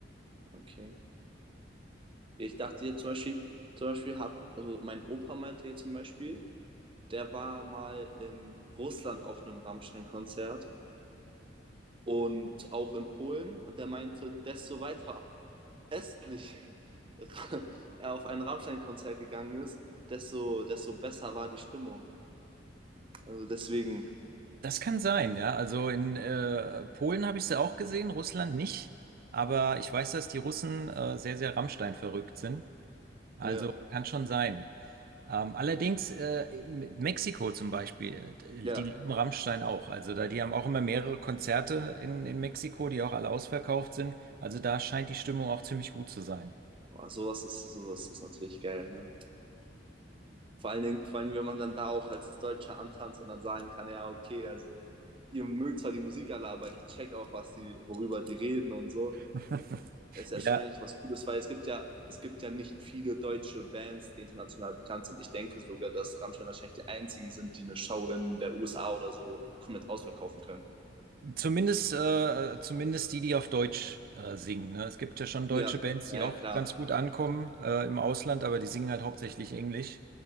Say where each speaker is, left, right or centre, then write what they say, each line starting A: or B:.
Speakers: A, on the right; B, on the right.
A: Okay. Ich dachte jetzt zum Beispiel, zum Beispiel hab, also mein Opa meinte jetzt zum Beispiel, der war mal in Russland auf einem Rammstein-Konzert und auch in Polen und der meinte, desto weiter östlich <laughs> er auf ein Rammstein-Konzert gegangen ist, desto, desto besser war die Stimmung. Also deswegen,
B: Das kann sein, ja. Also in äh, Polen habe ich sie auch gesehen, Russland nicht. Aber ich weiß, dass die Russen äh, sehr, sehr Rammstein verrückt sind. Also
A: ja,
B: kann schon sein. Ähm, allerdings äh, in Mexiko zum Beispiel, äh,
A: ja,
B: die lieben Rammstein auch. Also da, die haben auch immer mehrere Konzerte in, in Mexiko, die auch alle ausverkauft sind. Also da scheint die Stimmung auch ziemlich gut zu sein.
A: oh, sowas ist, sowas ist natürlich geil, ne? Vor allen Dingen, vor allen Dingen, wenn man dann da auch als Deutscher antanzt und dann sagen kann, ja, okay, also ihr mögt zwar die Musik alle, aber ich check auch, was die, worüber die reden und so.
B: <laughs>
A: Ist ja
B: Ja,
A: schon eigentlich was Cooles, weil es gibt ja, es gibt ja nicht viele deutsche Bands, die international bekannt sind. Ich denke sogar, dass Rammstein wahrscheinlich die einzigen sind, die eine Show in der USA oder so komplett ausverkaufen können.
B: zumindest, äh, zumindest die, die auf Deutsch äh, singen. Ne? Es gibt ja schon deutsche
A: Ja,
B: Bands,
A: ja,
B: die auch
A: ja, klar.
B: ganz gut ankommen äh, im Ausland, aber die singen halt hauptsächlich Englisch.